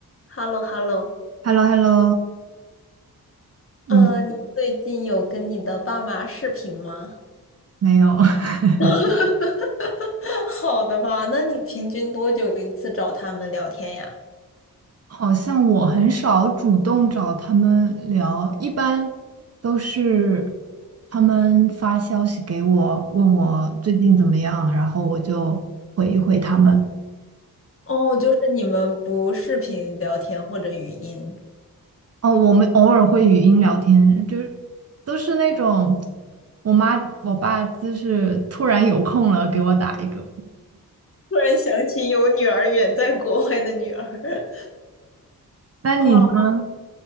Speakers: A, on the left; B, on the right.
A: h e l l o h e l l o
B: h e l l o h e l l o 嗯，
A: 呃，你最近有跟你的爸妈视频吗？
B: 没有，<laughs>
A: <laughs> 好的吧，那你平均多久一次找他们聊天呀？
B: 好像我很少主动找他们聊，一般都是他们发消息给我，问我最近怎么样，然后我就回一回他们。
A: 哦，就是你们不视频聊天或者语音。
B: 哦，我们偶尔会语音聊天，就是都是那种我妈我爸就是突然有空了给我打一个。
A: 突然想起有女儿远在国外的女儿。
B: 那你呢？
A: <laughs> 啊，